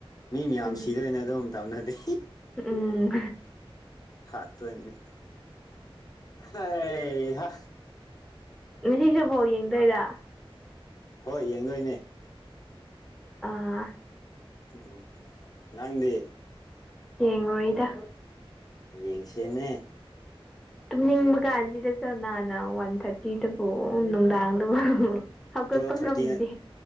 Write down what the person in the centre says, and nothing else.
ꯎꯝ
ꯎꯝ
ꯉ ꯁꯤꯁꯨꯕꯥꯎ ꯌꯦꯡꯗꯣꯏꯔ
ꯑ
ꯌꯦꯉ ꯑꯣꯏꯣꯏꯗ
ꯇꯨꯝꯅꯤꯡꯕ ꯀꯥꯟꯁꯤꯗ ꯀꯔꯅꯥꯅ ꯋꯥꯟ ꯊꯥꯔꯇꯤꯗꯕꯨ ꯅꯨꯡꯗꯥꯡꯗꯕꯨ ꯍꯧꯒꯠꯄ
ꯉꯝꯗꯦ